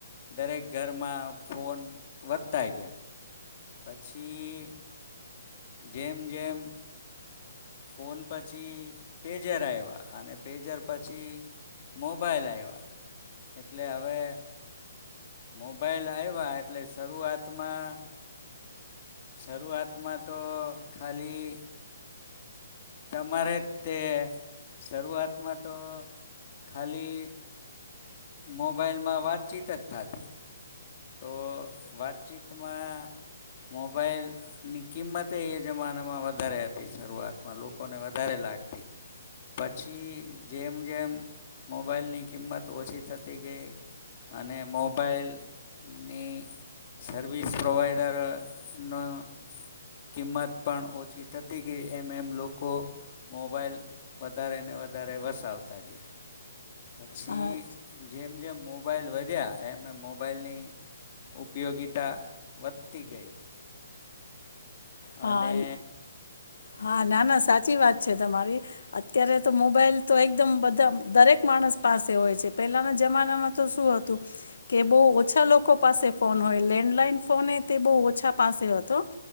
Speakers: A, on the left (about 30°); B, on the left (about 80°).
A: દરેક ઘરમાં ફોન વધતા ગયા. પછી. જેમ-જેમ. ફોન પછી પેજર આવ્યા અને પેજર પછી મોબાઈલ આવ્યા એટલે હવે. મોબાઈલ આવ્યા એટલે શરૂઆતમાં. શરૂઆતમાં તો ખાલી. તમારે તે શરૂઆતમાં તો ખાલી. મોબાઈલ માં વાતચીત જ થતી. તો વાતચીતમાં મોબાઈલની કિંમતે એ જમાનામાં વધારે હતી શરૂઆતમાં લોકોને વધારે લાગતી. પછી જેમ-જેમ મોબાઈલની કિંમત ઓછી થતી ગઈ અને મોબાઈલ. ની સર્વિસ પ્રોવાઈડરની કિંમત પણ ઓછી થતી ગઈ એમ-એમ લોકો મોબાઈલ વધારેને વધારે વસાવતા ગયા. પછી
B: હા
A: જેમ-જેમ મોબાઈલ વધ્યા એમ એ મોબાઈલની ઉપયોગીતા વધતી ગઈ.
B: હા
A: અને.
B: હા ના ના સાચી વાત છે તમારી, અત્યારે તો મોબાઈલ તો એકદમ બધા દરેક માણસ. પાસે હોય છે. પહેલાના જમાનામાં તો શું હતું કે બહુ ઓછા લોકો પાસે ફોન હોય, લેન્ડલાઈન ફોન તે બહુ ઓછા પાસે હતો,